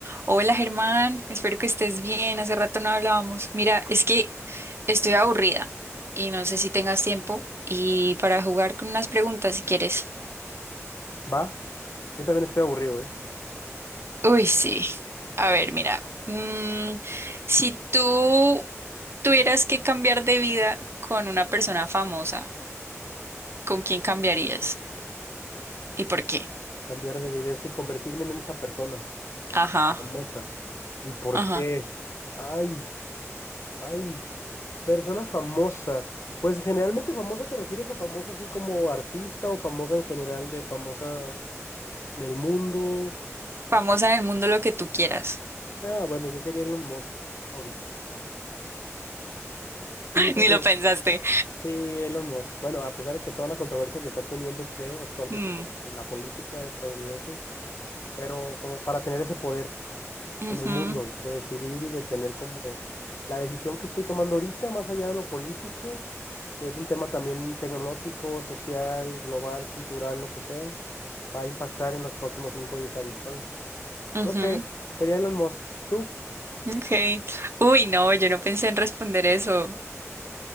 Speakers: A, on the right; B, on the left.
A: Hola Germán, espero que estés bien. Hace rato no hablábamos. Mira, es que estoy aburrida y no sé si tengas tiempo y para jugar con unas preguntas si quieres.
B: Va, yo también estoy aburrido, ¿eh?
A: Uy, sí. A ver, mira, mm, si tú tuvieras que cambiar de vida con una persona famosa, ¿con quién cambiarías y por qué?
B: Cambiar de vida, es decir, convertirme en esa persona
A: Ajá,
B: famosa. ¿Y por
A: ajá.
B: qué? Ay, ay, persona famosa. Pues generalmente famosa te refieres a famosa así como artista o famosa en general de famosa en el mundo.
A: Famosa en el mundo lo que tú quieras.
B: Ah, bueno, yo sería Elon Musk ahorita.
A: <laughs>
B: Sí, porque
A: Ni lo pensaste.
B: sí, Elon Musk. Bueno, a pesar de que toda la controversia que está teniendo, creo, actualmente
A: Mm,
B: como en la política estadounidense, pero como para tener ese poder.
A: ujú,
B: en el mundo, de decidir y de tener como la decisión que estoy tomando ahorita, más allá de lo político, que es un tema también tecnológico, social, global, cultural, lo que sea, va a impactar en los próximos 5 o 10 años, ¿sabes?
A: ujú.
B: No sé, sería Elon Musk, tú,
A: Okay. Uy, no, yo no pensé en responder eso.